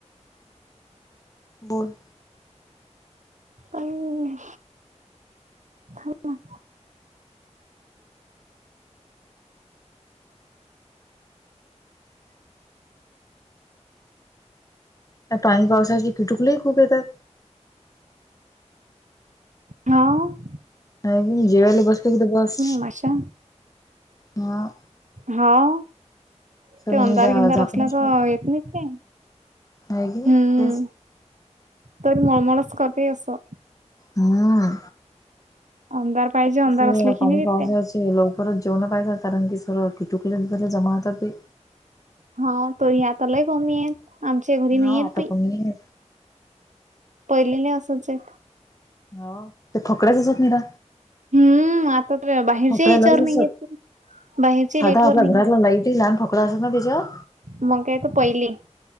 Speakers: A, on the left; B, on the right.
A: बोल.
B: आई थांबन.
A: त्या पाणी पावसाची किटुकलेही खूप येतात.
B: हाव.
A: हाय की जेवायले बसलो की तर बस
B: माशा
A: हा.
B: हाव.
A: सगळी
B: ते अंधार
A: झाकूनच
B: गिनंदार असल्या तर येत नाही ते
A: आहे की नाही
B: हम्म.
A: तेच
B: तरी मळमळच करते असं.
A: हम्म.
B: अंगावर पाहिजे. अंधार
A: तस
B: असले
A: पाणी
B: की नाही
A: पावसाचे
B: देते
A: लवकरच जेवण पाहिजात कारण की सर्व किटुकुले झारले जमा होतात बाई.
B: हा तरी आता लाय कमी आहेत आमच्या घरी नाही
A: हा
B: आहेत
A: आता
B: बाई.
A: कोणी आहे
B: पहिलेले असंच आहे.
A: हो ते थकल्याच होते निरा.
B: हम्म आता बाहेरच्या
A: फकड्या
B: याच्यावर
A: लईच
B: नाही
A: असत.
B: येत ते. बाहेरच्या
A: साधा
B: लेट वर
A: आपल्या
B: नाही
A: घरातला
B: येत आता.
A: लाईटही लहान ठोकडि असल ना त्यांच्यावर.
B: मग काय तर पहिले